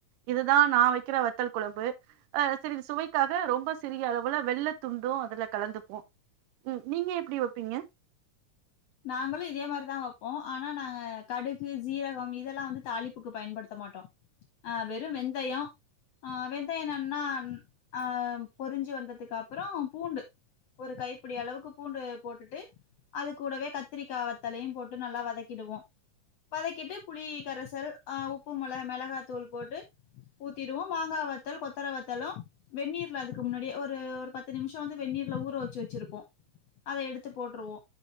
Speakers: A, on the right; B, on the left.
A: இதுதா நா வக்கிற வத்தல் குழம்பு அ சிறிது சுவைக்காக ரொம்ப சிறிய அளவுல வெள்ள துண்டு அதுல கலந்துப்போ ம் நீங்க எப்டி வப்பீங்க
B: நாங்களு இதே மாதிரிதா வைப்போ ஆனா நாங்க கடுகு ஜீரகம் இதெல்லா வந்து தாலிப்புக்கு பயன்படுத்த மாட்டோ ஆ வெறு வெந்தயோ ஆ வெந்தயனம்ன்னா அ பொரிஞ்சு வந்ததுக்கு அப்றோ பூண்டு ஒரு கைப்பிடி அளவுக்கு பூண்டு போட்டுட்டு அது கூடவே கத்திரிக்காவத்தலையு போட்டு நல்லா வதக்கிடுவோ வதக்கிட்டு புளி கரைசல் அ உப்பு மிள மெளகாத்தூள் போட்டு ஊத்திடுவோ மாங்கா வத்தலு கொத்தர வத்தலு வெந்நீர்ல அதுக்கு முன்னாடியே ஒரு பத்து நிம்ஷொ வந்து வெந்நீர்ல ஊற வச்சு வச்சிருப்போ அத எடுத்து போட்ருவோ